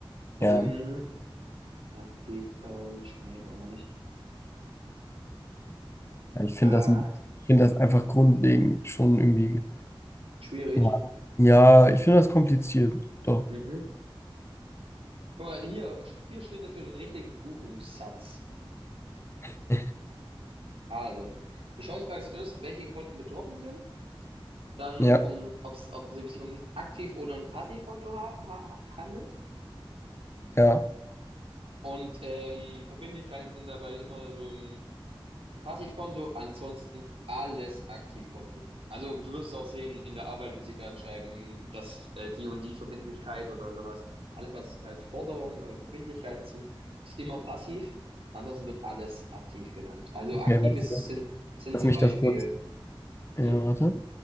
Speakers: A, on the right (about 80°); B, on the left (about 25°).
A: Ähm,
B: ja,
A: Aktivtausch, nee, brauchen wir nicht.
B: ja ich finde
A: Ah,
B: das, ein- ich finde das einfach grundlegend schon irgendwie.
A: schwierig.
B: Ja, ja ich finde das kompliziert. Doch.
A: Mhm. Guck mal, hier, vier Schritte für den richtigen Buchungssatz.
B: <laughs>
A: Also, du schaust bei uns erst, welche Konten betroffen sind, dann
B: Ja,
A: um, ob's, ob es sich um ein Aktiv- oder ein Passivkonto ha ha handelt.
B: ja.
A: Und ähm, Verbindlichkeiten sind dabei immer so im, im Passivkonto, ansonsten alles Aktivkonto. Also du wirst es auch sehen, in der Arbeit wird sie dann schreiben, dass äh, die und die Verbindlichkeit oder sowas, alles was halt Forderungen oder Verbindlichkeiten sind, ist immer passiv. Ansonsten wird alles aktiv genannt. Also aktiv
B: Okay, warte,
A: ist,
B: lass
A: sind, sind
B: lass
A: zum
B: mich
A: Beispiel,
B: das kurz. Ja,
A: wie?
B: warte.